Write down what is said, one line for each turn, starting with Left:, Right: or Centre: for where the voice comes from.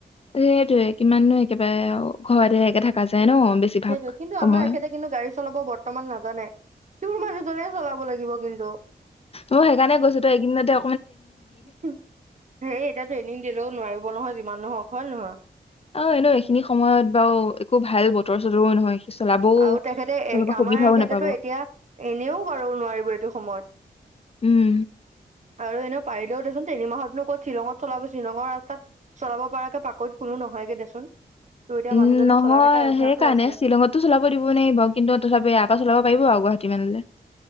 Left: সেইটোৱে কিমাননো একেবাৰে ঘৰতে একে থাকা যায় ন! বেছিভাগ
Right: সেইটোৱে কিন্তু আমাৰ
Left: সময়
Right: এখেতে কিন্তু গাড়ী চলাব বৰ্তমান নাজানে। তোৰ মানুহজনে চলাব লাগিব কিন্তু।
Left: মই সেইকাৰণে গৈছো তই এইকদিনতে
Right: হেই এতিয়া ট্ৰেইনিং দিলেও নোৱাৰিব নহয় যিমান নহওক হয় নে নহয়।
Left: অ', এনেও এইখিনি সময়ত বাৰু একো ভাল বতৰ চতৰো নহয়। চলাবও
Right: আৰু তেখেতে
Left: তেনেকুৱা
Right: এ আমাৰ
Left: সুবিধাও
Right: এখতেতো
Left: নাপাব
Right: এতিয়া এনেও বাৰু নোৱাৰিব এইটো সময়ত।
Left: উম।
Right: আৰু এনে পাৰিলেও দেচোন তিনি মাহতনো ক'ত শ্বিলঙত চলাব শ্বিলঙৰ ৰাস্তাত চলাব পৰাাৰকে পাকৈত কোনো নহয়গে দেচোন। ত এতিয়া
Left: উম
Right: মানুহজনৰ
Left: নহয়
Right: চলাই থকা অভ্যাসো
Left: সেইকাৰণে
Right: আছে।
Left: শ্বিলঙততো চলাব দিব নোৱাৰ বাৰু কিন্তু তথাপি
Right: উম,
Left: আশাক চলাব পাৰিব আৰু গুৱাহাটী মানলৈ